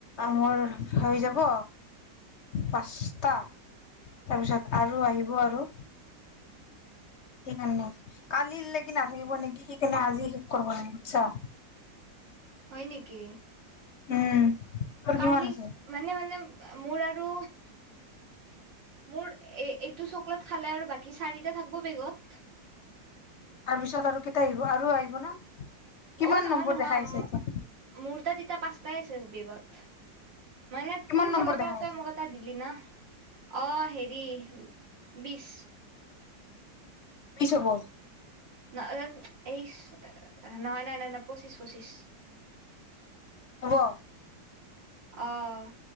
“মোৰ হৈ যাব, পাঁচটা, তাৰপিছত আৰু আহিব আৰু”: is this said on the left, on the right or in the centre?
Left